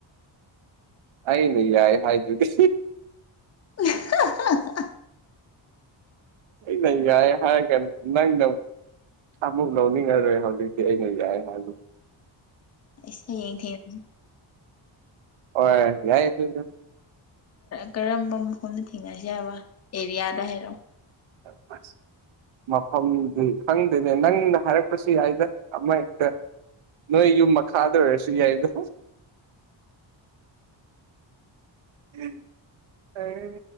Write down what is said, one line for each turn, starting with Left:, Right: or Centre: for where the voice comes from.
Right: ꯑ ꯅ ꯌꯥꯏ ꯍꯥꯏ ꯆꯨꯒ
Left: <inaudible>
Right: ꯑꯩ ꯂꯩꯌ ꯍꯥꯏꯔꯛꯀꯅꯤ ꯅꯪ ꯅꯪ ꯑꯃꯨꯛ ꯂꯧꯅꯤꯡꯉꯔꯣꯏ ꯍꯧꯖꯤꯛꯇꯤ ꯑꯩꯅ ꯌꯥꯏ ꯍꯥꯏꯂ
Left: ꯑꯩꯁ ꯍꯌꯦꯡ ꯊꯦꯡ
Right: ꯑꯣ ꯌꯥꯏ ꯇꯗ
Left: ꯀꯔꯝꯕ ꯃꯐꯝꯗ ꯊꯦꯡꯅꯁꯤ ꯍꯥꯏꯕ ꯑꯦꯔꯤꯌꯥꯗ ꯍꯥꯏꯔꯣ
Right: ꯑ ꯃꯐꯝꯗꯨ ꯈꯪꯗꯦꯅꯦ ꯅꯪꯅ ꯍꯥꯏꯔꯛꯄꯁꯨ ꯌꯥꯏꯗ ꯑꯃ ꯍꯦꯛꯇ ꯅꯣꯏ ꯌꯨꯝ ꯃꯈꯥꯗ ꯑꯣꯏꯔꯁꯨ ꯌꯥꯏꯗꯣ
Left: <inaudible>
Right: <unintelligible>